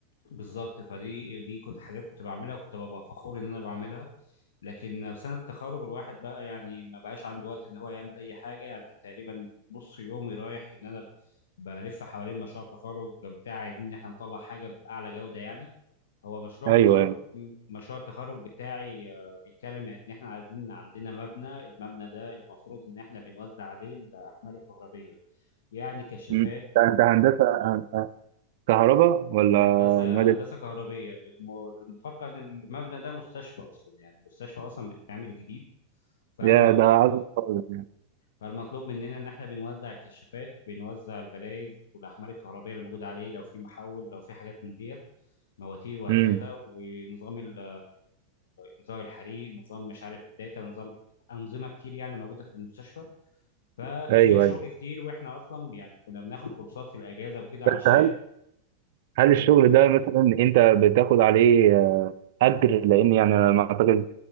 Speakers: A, on the left (about 60°); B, on the right (about 50°).
A: بالظبط فدي دي كنت حاجات كنت بعملها كنت ببقى فخور ان انا بعملها لكن في سنه التخرج الواحد بقى يعني ما بقاش عنده وقت ان هو يعمل اي حاجه يعني تقريبا نص يومي رايح ان انا بلف حوالين مشروع التخرج بتاعي عايزين ان احنا نطلع حاجه باعلى جوده يعني هو مشروع
B: ايوه
A: التخرج
B: ايوه
A: مشروع التخرج بتاعي آه، بيتكلم ان احنا عايزين عندنا مبنى المبنى ده المفروض ان احنا بنوزع عليه الاحمال الكهربيه يعني كشافات
B: مم. ده ده هندسة آه، كهرباء ولا
A: هندسه
B: مدني؟
A: هندسه كهربيه للم- للمفارقه ان المبنى ده مستشفى اصلا يعني مستشفى اصلا بتتعمل جديد فالمطلوب
B: يا ده عظمة خالص يعني
A: فالمطلوب مننا ان احنا بنوزع الكشافات بنوزع البلايز والاحمال الكهربائيه اللي موجوده عليه لو في محول لو في حاجات من ديت مواتير وهكذا
B: مم.
A: ونظام ال- انذار الحريق نظام مش عارف الداتا نظام انظمه كتير يعني موجوده في المستشفى ففيها
B: ايوه
A: شغل
B: ايوه
A: كتير واحنا اصلا يعني كنا بناخد كورسات في الاجازه وكده عشان
B: بس هل هل
A: كنا
B: الشغل ده مثلا انت بتاخد عليه آه، اجر لان يعني انا ما اعتقد